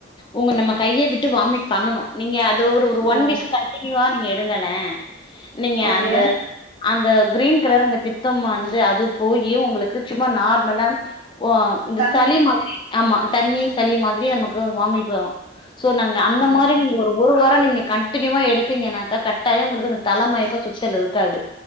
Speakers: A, on the left (about 25°); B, on the right (about 85°).
A: உங்க நம்ம கையை விட்டு வாமிட் பண்ணணும் நீங்க ஒரு
B: ஓ
A: ஒன் வீக் கன்டினுயூவா நீங்க எடுங்கலே நீங்க
B: ஓகே
A: அந்த அந்த கிரீன் கலர் அந்த பித்தம் வந்து அது போயி உங்களுக்கு சும்மா நார்மலா ஓ இந்த
B: தண்ணி
A: சளி மாதிரி ஆமா தண்ணி சளி மாரி நமக்கு வாமிட் வரும் ஹாக் சோ நாங்கள் அந்த
B: ஆ
A: மாதிரி நீங்கள் ஒரு ஒரு வாரம் நீங்கள் கண்டினியூவ எடுத்தீங்க நா கட்டாயம் உங்களுக்கு அந்த தல மயக்கம் சுத்தல் இருக்காது